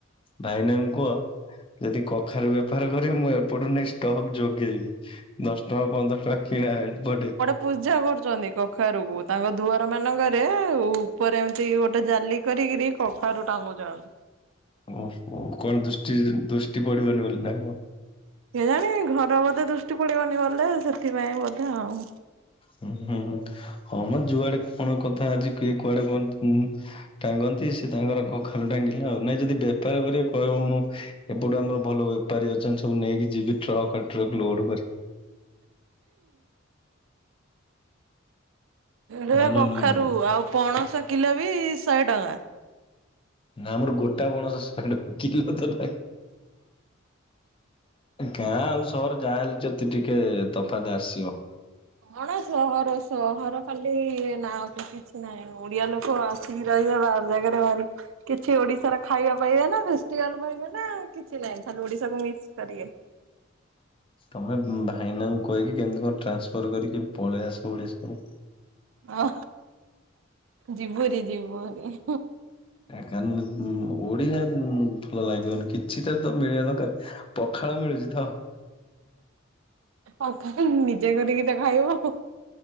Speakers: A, on the left; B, on the right.
A: ଭାଇନାଙ୍କୁ କୁହ ଯଦି କଖାରେ ବେ ବେପାର କରିିବେ ମୁଁ ଏପଟେ ନେଇ ଷ୍ଟକ୍ ଯୋଗେଇବି ଦଶ ଟଙ୍କା ପନ୍ଦର ଟଙ୍କା କିଣା ଏପଟେ।
B: ପୂଜା କରୁଛନ୍ତି କଖାରୁକୁ ତାଙ୍କ ଦୁଆରମାନଙ୍କରେ ଉପରେ ଏମିତି ଗୋଟେ ଜାଲି କରିକିରି। କଖାରୁ ଟାଙ୍ଗୁ ଯାଣୁ
A: ଓହୋ କଣ ଦୃଷ୍ଟି ଦୃଷ୍ଟି ପଡିବନି ବୋଲି ନା କଣ?
B: କେଜାଣି ଘର ବୋଧେ ଦୃଷ୍ଟି ପଡିବନି ବୋଲେ ସେଥିପାଇଁ ବୋଧେ ଆଉ
A: ହୁଁ ହୁଁ ହୁଁ ହଁ ମୋର ଯୁଆଡେ କଣ କଥା ଅଛି କିଏ କୁଆଡେ କଣ ହୁଅନ୍ତୁ। ଟାଙ୍ଗନ୍ତି ସେ ତାଙ୍କର କଖାରୁ ଟାଙ୍ଗିଲା ଆଉ ନାଇଁ ଯଦି ବେପାର କରିବେ କହିବ ମୁଁ ଏପଠୁ ଆମର ଭଲ ବେପାରୀ ଅଛନ୍ତି ସବୁ ନେଇକି ଯିବି ଟ୍ରକ୍ ଟ୍ରକ୍ ଲୋଡ କରି।
B: ହେ
A: ଭଲ
B: କଖାରୁ
A: ଲୋଡ ରୁ
B: ଆଉ ପଣସ କିଲୋ ବି ଶହେ ଟଙ୍କା।
A: ନା ଆମର ଗୋଟା ପଣସ ଶହେ କିଲୋ କଥା ଗାଁ ଆଉ ସହର ଯାହା ହେଲେ ଯତି ଟିକେ ତଫାତ ଆସିବ।
B: କଣ ସହର ସହର ଖାଲି ନା କି କିଛି ନାହିଁ। ଓଡିଆ ଲୋକ ଆସିକି ରହିବେ ବାହାର ଜାଗାରେ ବାହାରି କିଛି ଓଡିଶାର ଖାଇବା ପାଇବେ ନା ଫେଷ୍ଭାଲ ପାଇବେ ନା କିଛି ନାାଇଁ ଖାଲି ଓଡିଶାକୁ ମିସ କରିବେ?
A: ତମେ ଭାଇନାଙ୍କୁ କହିକି କେମିତି କଣ ଟ୍ରାନ୍ସଫର କରିକି ପଳେଇ ଆସ ଓଡିଶାକୁ।
B: ହଁ ଯିବୁରି ଯିବୁରି
A: କ ଓଡିଆ ଭଲ ଲାଗିବନି କିଛିଟା ତ ମିଳିବା ଦରକାର ପଖାଳ ମିଳୁଛି ତ?
B: ଆଉ ନିଜେ କରିକି ତ ଖାଇବ ଆଉ